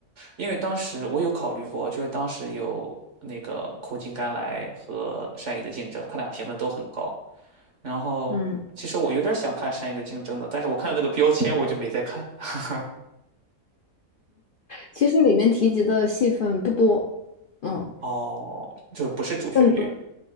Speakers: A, on the right; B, on the left.
A: 因为当时我有考虑过，就是当时有那个《苦尽甘来》和《善意的竞争》，它俩评分都很高。然后其实我有点想看《善意的竞争》的，
B: 嗯，
A: 但是我看到那个标签我就没再看。<laughs>
B: 其实里面提及的戏份不多，嗯，
A: 哦，就是不是主旋律。
B: 更多，